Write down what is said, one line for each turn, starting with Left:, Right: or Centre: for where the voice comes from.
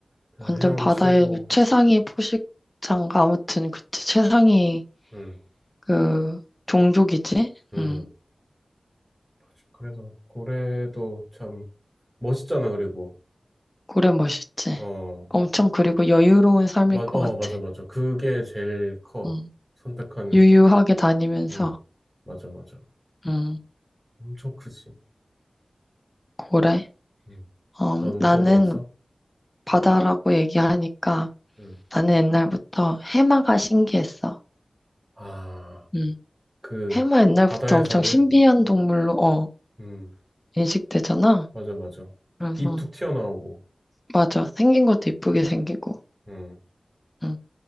Right: 그냥
Left: 완전
Right: 헤엄치고,
Left: 바다의 최상위 포식자인가? 아무튼, 그치. 최상위,
Right: 음,
Left: 그, 종족이지?
Right: 음,
Left: 음,
Right: 맞아. 그래서 고래도 참 멋있잖아, 그리고.
Left: 고래 멋있지.
Right: 어,
Left: 엄청, 그리고 여유로운 삶일
Right: 마,
Left: 것
Right: 어,
Left: 같아.
Right: 맞아, 맞아. 그게 제일 커.
Left: 음,
Right: 선택한,
Left: 유유하게 다니면서,
Right: 음, 맞아, 맞아.
Left: 음,
Right: 엄청 크지.
Left: 고래?
Right: 음.
Left: 음,
Right: 너는
Left: 나는
Right: 또 뭐 없어?
Left: 바다라고 얘기하니까,
Right: 음.
Left: 나는 옛날부터 해마가 신기했어.
Right: 아,
Left: 음,
Right: 그,
Left: 해마 옛날부터
Right: 바다에
Left: 엄청
Right: 사는,
Left: 신비한 동물로, 어,
Right: 음,
Left: 인식되잖아.
Right: 맞아, 맞아.
Left: 그래서,
Right: 입 툭 튀어나오고,
Left: 맞아. 생긴 것도 이쁘게 생기고.
Right: 음,
Left: 응.